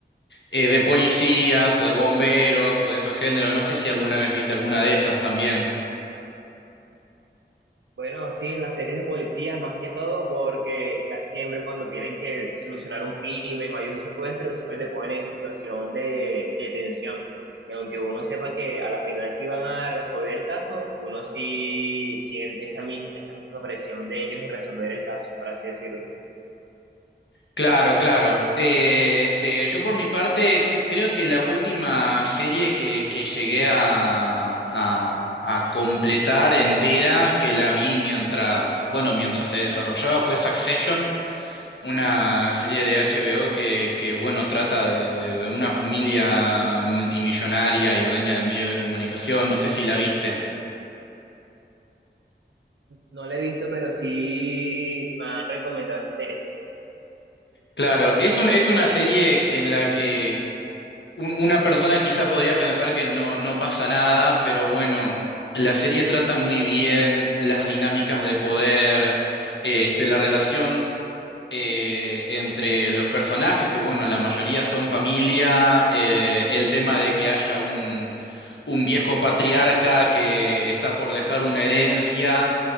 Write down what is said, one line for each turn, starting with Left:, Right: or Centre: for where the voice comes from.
Left: eh, de policías o de bomberos o de esos géneros. No sé si alguna vez viste alguna de esas también.
Right: Bueno, sí, en las series de policías más que todo, porque casi siempre cuando tienen que solucionar un crimen o hay un secuestro, siempre te ponen en situación de, de tensión. Y aunque uno sepa que a la final sí van a resolver el caso, uno sí siente esa misma, esa misma presión de ellos en resolver el caso, por así decirlo.
Left: Claro, claro. Eh, este, yo por mi parte que- creo que la última serie que, que llegué a, a, a completar entera, que la vi mientras, bueno, mientras se desarrollaba, fue Succession, una serie de HBO que, que bueno, trata de, de de una familia multimillonaria y dueña de medios de comunicación. No sé si la viste.
Right: No la he visto, pero sí me han recomendado esa serie.
Left: Claro, es un, es una serie en la que un- una persona quizá podría pensar que no, no pasa nada, pero bueno, la serie trata muy bien las dinámicas de poder, eh, este, la relación eh, entre los personajes, que bueno, la mayoría son familia, eh, el tema de que haya un, un viejo patriarca que está por dejar una herencia.